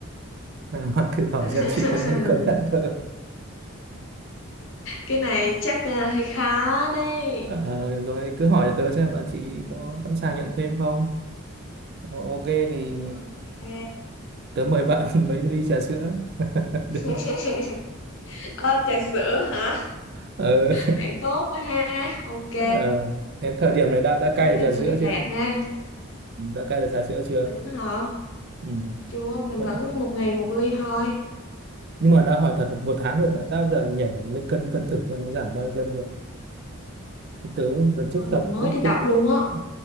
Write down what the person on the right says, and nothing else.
<laughs> hoặc thử hỏi
xem chị có như có nhận tớ
Ờ, <laughs> rồi cứ hỏi tớ xem là chị có sẵn sàng nhận thêm không Ờ, ok thì
tớ mời bạn <laughs> mấy ly trà sữa <laughs>
ờ,
ờ, đến thời điểm này đã đã
cai
được
trà
sữa
chưa
đã cai được trà sữa chưa
ừ.
vẫn
nhưng mà đã hỏi thật là một tháng rồi đã đã bao giờ nhảy lên cân cân thử cho nó giảm bao nhiêu cân rồi thì tớ đợt trước
tập
cũng
tự
ừ,